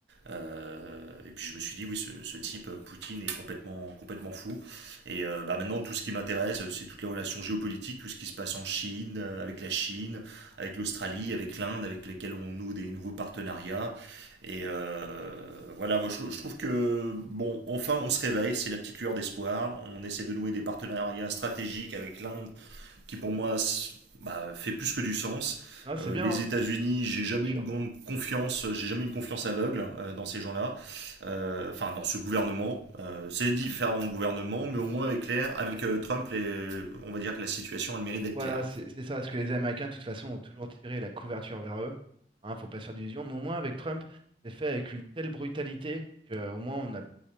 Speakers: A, on the right (about 70°); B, on the right (about 30°).
A: Euh, et puis je me suis dit, oui, ce, ce type, euh, Poutine, est complètement, complètement fou. Et euh, bah, maintenant, tout ce qui m'intéresse, euh, c'est toutes les relations géopolitiques, tout ce qui se passe en Chine, euh, avec la Chine, avec l'Australie, avec l'Inde, avec lesquels on noue des nouveaux partenariats. Et euh, voilà, moi je, je trouve que, bon, enfin on se réveille, c'est la petite lueur d'espoir. On essaie de nouer des partenariats stratégiques avec l'Inde qui pour moi bah, fait plus que du sens.
B: Non, c'est
A: Euh,
B: bien,
A: les
B: hein,
A: États-Unis, j'ai jamais
B: c'est sûr.
A: une grande confiance, j'ai jamais une confiance aveugle euh, dans ces gens-là, Euh, enfin dans ce gouvernement. Euh, c'est différents gouvernements, mais au moins avec clair, avec euh, Trump, les- on va dire que la situation a le mérite d'être
B: Voilà,
A: claire.
B: c'est c'est ça, parce que les Américains, de toute façon, ont toujours tiré la couverture vers eux. Hein, faut pas se faire d'illusions, mais au moins avec Trump, c'est fait avec une telle brutalité qu'au moins on a